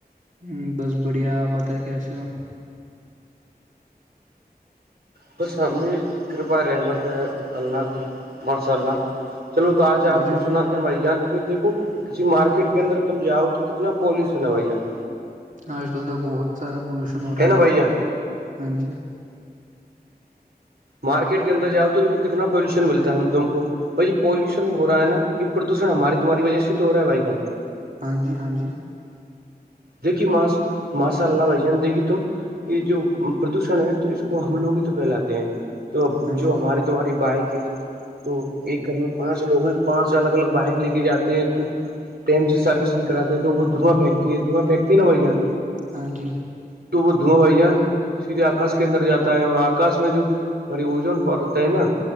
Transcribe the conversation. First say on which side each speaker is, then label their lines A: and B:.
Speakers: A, on the right (about 50°); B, on the right (about 75°).
A: ہ بس بڑھیا آپ بتائے کیسے ہو
B: خوش ہم بھی کرپا رحمت ہے اللہ کی ماشاء اللہ چلو تو آج آپ
A: بھائی جان
B: کو سناتے ہیں میںھ جان کے دیکھو کسی مارکیٹ کے اندر تم جاؤ تو کتنا پالیشن ہے بھائی جان
A: آج کل تو بہت سارا پلوشن ہو رہا
B: نا
A: ہے
B: بھائی جان
A: ہاں جی
B: مارکیٹ کے اندر جاؤ تو ت کو کتنا پالیوشن ملتا ہے ہم تم کو اور یہ پالولوشن ہو رہا نا یہ پردوشن ہماراری تمہاری وجہ سے تو ہو رہا ہے بھائی جان
A: ہاں جی ہاں جی
B: دیکھی ما ماشاء اللہ بھائی جان دیکھی تم یہ جو پردوشن ہے تو اس کو ہم لوگ ہی تو پھیلاتے ہیں تو
A: جی
B: جو ہمارے تمہاری بائکیں تو ایک گھر میں پانچ لوگ ہیں پانچ الگ الگ بائک لے کے جاتے ہیں تو ٹم سے سروس نہیں کراتے تو وہ دھواں پھینکتی ہے دھواں پھینکتی ہے نا بھای جان
A: ہاں جی
B: ٹو وہ دو بائی جان سیدھے آکاش کے اندر جاتا ہے اور آکاش میں جو ہماریے اجون پڑتا ہے نا